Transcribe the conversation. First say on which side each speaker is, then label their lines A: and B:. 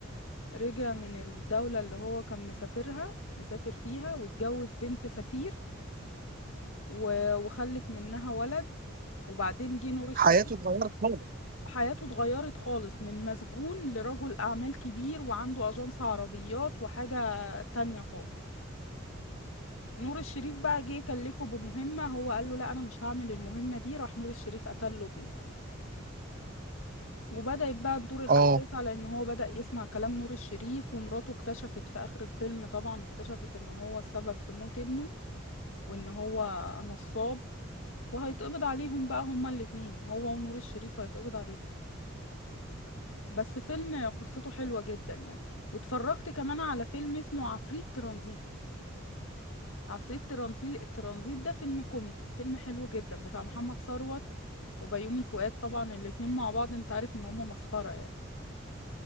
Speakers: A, on the left; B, on the right.
A: رجع من الدولة اللي هو كان مسافرها مسافر فيها واتجوز بنت سفير و- وخلف منها ولد وبعدين جه نور الشريف
B: حياته اتغيرت خالص
A: حياته اتغيرت خالص من مسجون لرجل أعمال كبير وعنده أجنس عربيات وحاجة تانية خالص نور الشريف بقى جه كلفه بمهمة هو قال له لا أنا مش هعمل المهمة دي راح نور الشريف قتل له ابنه وبدأت بقى تدور الأحداث
B: اه
A: على إن هو بدأ يسمع كلام نور الشريف ومراته اكتشفت في آخر الفيلم طبعا اكتشفت إن هو السبب في موت ابنه وإن هو نصاب وهيتقبض عليهم بقى هما الاتنين هو ونور الشريف هيتقبض عليهم بس فيلم قصته حلوة جدا يعني واتفرجت كمان على فيلم اسمه عفريت ترانزيت عفريت ترانزيت ترانزيت ده فيلم كوميدي فيلم حلو جدا بتاع محمد ثروت وبيومي فؤاد طبعا الاتنين مع بعض انت عارف ان هما مسخرة يعني